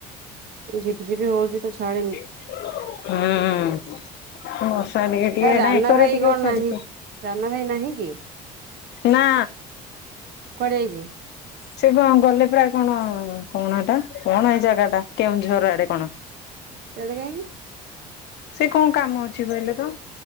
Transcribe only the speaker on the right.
ଜିିବି ଜିିବି ହଉଛି ତ ଛାଡେନି।
ଆ ରାନା
ଭାଇ
କଣ
ନାହିଁ ରାନା ଭାଇ ନାହିଁ କି?
କୁଆଡେ ଯାଇଛି?
ସେଆଡେ଼ କାଇଁ